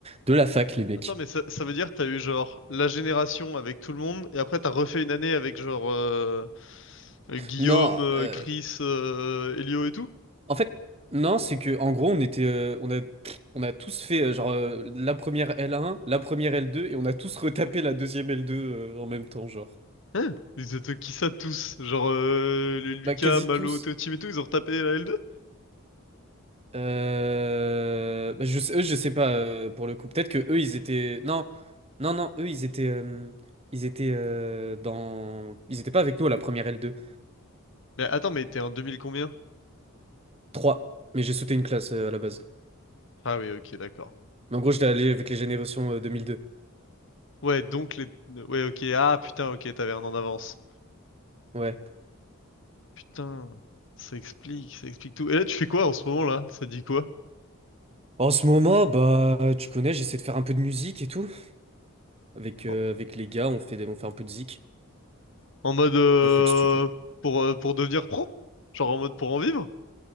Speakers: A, on the right; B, on the left.
A: de la fac les mecs.
B: Attends, mais ça, ça veut dire que t'as eu genre la génération avec tout le monde, et après t'as refait une année avec genre euh, euh, Guillaume,
A: Non,
B: euh,
A: euh,
B: Chris, euh, Elio et tout?
A: en fait non c'est que en gros on était euh, on a on a tous fait euh, genre euh, la première L1, la première L2 et on a tous <laughs> retapé la deuxième L2 euh, en même temps genre.
B: Hein? Ils étaient qui ça tous? Genre euh, les Lucas,
A: Bah quasi
B: Malo,
A: tous.
B: Théotime et tout, ils ont retapé la L2?
A: Euh, bah, je sais, eux, je sais pas euh, pour le coup. Peut-être que eux, ils étaient. Non, non, non. Eux, ils étaient. euh, Ils étaient euh, dans. Ils étaient pas avec nous à la première l deux
B: Mais attends, mais t'es en 2000 combien?
A: trois Mais j'ai sauté une classe euh, à la base.
B: Ah oui, ok, d'accord.
A: Mais en gros, j'étais allé avec les générations euh, 2002.
B: Ouais, donc les... Ouais, ok, ah putain, ok, t'avais un an d'avance.
A: Ouais.
B: Putain, ça explique, ça explique tout. Et là, tu fais quoi en ce moment là? Ça dit quoi?
A: En ce moment, bah, tu connais, j'essaie de faire un peu de musique et tout. Avec, euh,
B: En,
A: avec les gars, on fait, des- on fait un peu de zik.
B: en mode... euh,
A: F L Studio.
B: pour, euh, pour devenir pro? Genre en mode pour en vivre?